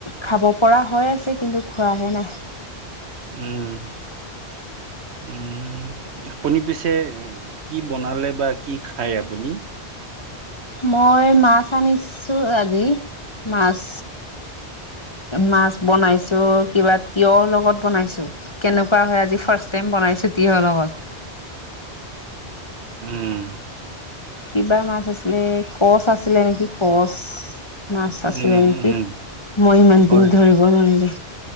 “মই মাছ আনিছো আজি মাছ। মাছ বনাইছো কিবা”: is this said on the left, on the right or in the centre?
Left